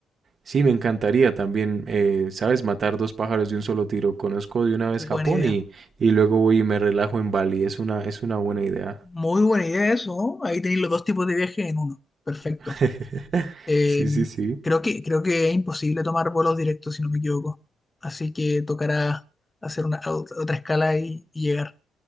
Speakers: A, on the right (about 45°); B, on the left (about 20°).
A: Sí, me encantaría también, eh, ¿sabes? Matar dos pájaros de un solo tiro. Conozco de una vez
B: buena
A: Japón
B: idea.
A: y, y luego voy y me relajo en Bali. Es una, es una buena idea.
B: Muy buena idea eso, ¿no? Ahí tenéis los dos tipos de viaje en uno. Perfecto.
A: <laughs>
B: Eh,
A: Sí, sí, sí.
B: creo que, creo que es imposible tomar vuelos directos, si no me equivoco. Así que tocará hacer una, ot- otra escala y, y llegar.